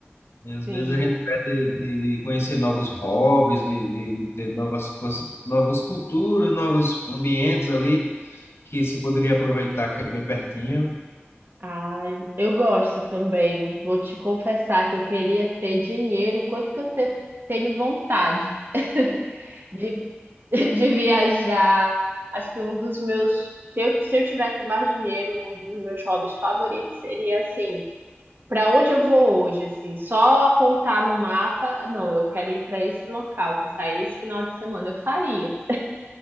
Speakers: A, on the left (about 70°); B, on the right (about 55°).
A: E às
B: Sim.
A: vezes a gente perde de, de conhecer novos hobbies, de, de, de ter novas coisas, novas culturas, novos ambientes ali que se poderia aproveitar, que é bem pertinho.
B: Ai, eu gosto também. Vou te confessar que eu queria ter dinheiro, quanto que eu te- tenho vontade <laughs> de, de viajar. Acho que um dos meus, se eu, se eu tivesse mais dinheiro, um dos meus hobbies favoritos seria assim, para onde eu vou hoje, assim, só apontar no mapa, não, eu quero ir para esse local, passar esse final de semana, eu faria.